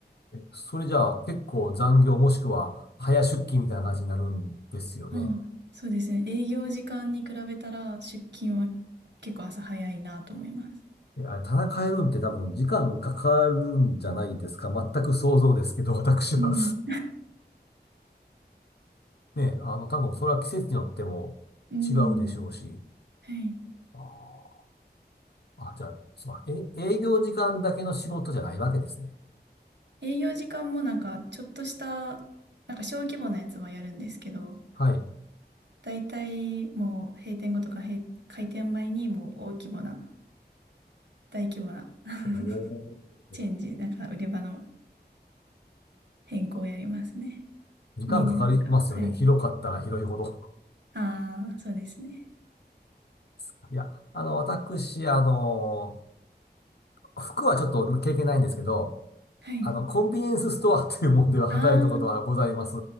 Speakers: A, on the left; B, on the right.
A: え、それじゃあ結構残業もしくは早出勤みたいな感じになるんですよね。
B: ああ、そうですね。営業時間に比べたら出勤は結構朝早いなと思います。
A: えあれ、棚変えるんって多分時間かかるんじゃないですか全く想像ですけど、私は。
B: うん。
A: ね、あの、多分それは季節によっても
B: うん。
A: 違うでしょうし。
B: はい。
A: あーあ、じゃあ、すまん、え、営業時間だけの仕事じゃないわけですね。
B: 営業時間もなんかちょっとした、なんか小規模なやつはやるんですけど、
A: はい。
B: 大体もう閉店後とか閉、開店前にもう大規模な、大規模な <laughs>
A: おー
B: チェンジ、なんか売り場の変更をやりますね。
A: 時間かかりますよね。
B: みんななんか、はい。
A: 広かったら広いほど。
B: ああ、そうですね。
A: <laughs> いや、あの、私、あの、服はちょっと経験ないんですけど、
B: はい。
A: あの、コンビニエンスストアというものでは働いたことはございます。
B: あ